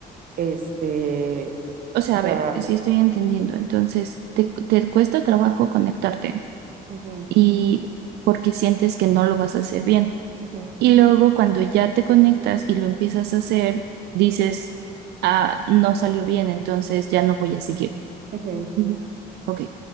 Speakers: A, on the right; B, on the right.
A: Este,
B: O sea,
A: o sea,
B: a ver, si estoy entendiendo, entonces te, te cuesta trabajo conectarte
A: ujú,
B: y porque sientes que no lo vas a hacer bien.
A: ujú,
B: Y luego cuando ya te conectas y lo empiezas a hacer, dices, ah, no salió bien, entonces ya no voy a seguir.
A: ujú.
B: Ujú. Ok,